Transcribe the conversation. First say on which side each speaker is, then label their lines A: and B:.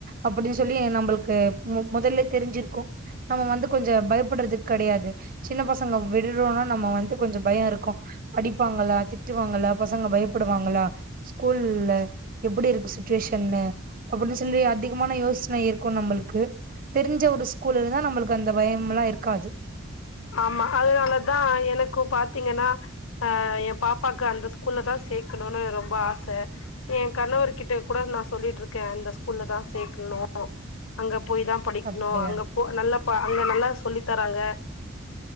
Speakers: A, on the right; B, on the left.
A: அப்டின்னு சொல்லி நம்பளுக்கு மொ மொதல்ல தெரிஞ்சுருக்கு நம்ம வந்து கொஞ்ச பயப்படுறது கெடையாது சின்ன பசங்க விடுறோனா நம்ம வந்து கொஞ்ச பய இருக்கு அடிப்பாங்களா திட்டுவாங்களா பசங்க பயப்படுவாங்களா ஸ்கூல்ல எப்டி இருக்கு சுச்சுவேஷன்னு அப்டின்னு சொல்லி அதிகமான யோசனை இருக்கு நம்மளுக்கு தெரிஞ்ச ஒரு ஸ்கூல் இருந்தா நம்மளுக் அந்த பயம் எல்லா இருக்காது
B: ஆமா அதனால தா எனக்கு பாத்தீங்கன்னா ஆ ஏ பாப்பாக்கு அந்த ஸ்கூல்ல தா சேக்கணுன்னு ரொம்ப ஆச ஏ கணவர்கிட்ட கூட நா சொல்லிட்டு இருக்கே அந்த ஸ்கூல்ல தா சேக்கணு அங்க போய் தா படிக்கணு
A: அப்டியா
B: அங்க போ நல்ல ப அங்க நல்லா சொல்லித் தராங்க